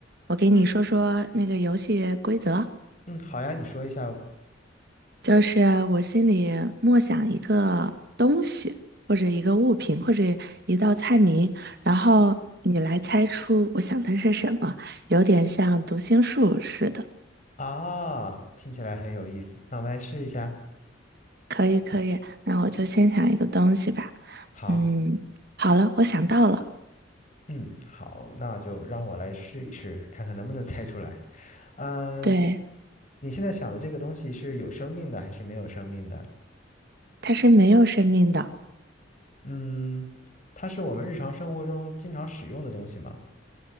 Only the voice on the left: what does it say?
嗯嗯，好呀，你说一下
啊，听起来很有意思，那我们来试一下。
好，
嗯，好，那就让我来试一试，看看能不能猜出来。嗯，
你现在想的这个东西是有生命的还是没有生命的？
嗯，它是我们日常生活中经常使用的东西吗？